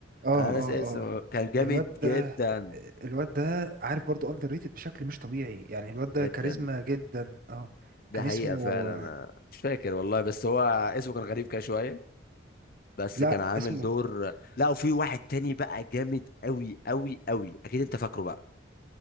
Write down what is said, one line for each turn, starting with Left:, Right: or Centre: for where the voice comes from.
Right: اه
Left: انا
Right: اه
Left: ناسي اسمه
Right: اه
Left: كان جامد
Right: الواد ده
Left: جدا
Right: الواد ده عارف برضو اندر ريتد بشكل مش طبيعي يعني الواد ده
Left: جدا
Right: كاريزما جدا اه
Left: ده
Right: كان
Left: حقيقه
Right: اسمه
Left: فعلا أنا مش فاكر والله بس هو اسمه كان غريب كده شويه بس
Right: لا
Left: كان عامل
Right: اسمه
Left: دور لا وفي واحد تاني بقى جامد قوي قوي قوي اكيد انت فاكره بقى